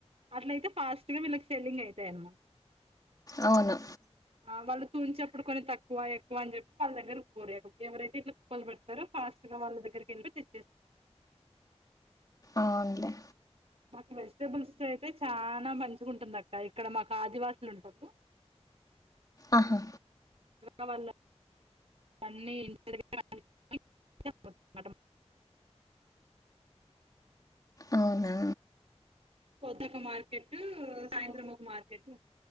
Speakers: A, on the right; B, on the left.
A: అట్లయితే ఫాస్ట్ గా వీళ్ళకి సెల్లింగ్ అయితాయి అనమాట.
B: అవును
A: ఆ వాళ్ళు తూంచేప్పుడు కొని తక్కువ ఏ కు అని చెప్పి వాళ దగ్గర కోరియా ఎవరైతే ఇట్లా కుక్కలు పెడతారో పాస్ట్గా వాళ్ళ దగ్గరికిళ్ళతే తెచ్చే
B: అవునులే
A: మాకు వెజిటేబుల్స్ అయితే చనా మ పెంచుకుంటుంద అక్క ఇక్కడ మాకు ఆదివాసులు ఉంటవు
B: ఆహా
A: అవన్న అన్నీ ఇంటి దగ్గర <inaudible>
B: అవునా
A: పొద్ద్దక మార్కెట్ సాయంత్రము ఒక మార్కెట్